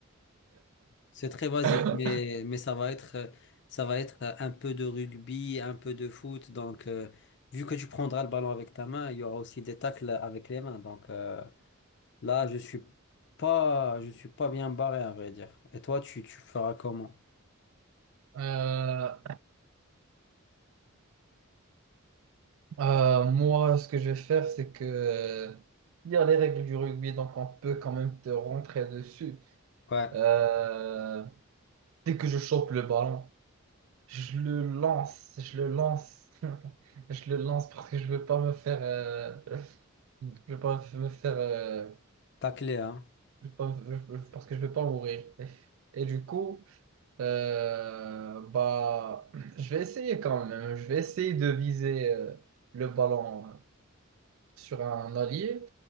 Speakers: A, on the left; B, on the right.
A: C'est très basique,
B: <laughs>
A: mais, mais ça va être, euh, ça va être euh, un peu de rugby, un peu de foot. Donc, euh, vu que tu prendras le ballon avec ta main, il y aura aussi des tacles avec les mains. Donc, euh, là, je suis pas, je suis pas bien barré, à vrai dire. Et toi, tu, tu feras comment?
B: Euh, euh, moi, ce que je vais faire, c'est que euh, il y a les règles du rugby, donc on peut quand même te rentrer dessus.
A: Ouais,
B: Euh, dès que je chope le ballon, je le lance, je le lance, <laughs> je le lance parce que je veux pas me faire, euh, je veux pas me faire, euh,
A: tacler, hein.
B: je veux pas me- parce que je veux pas mourir. Et du coup, euh, bah, je vais essayer quand même. Je vais essayer de viser euh, le ballon sur un allié.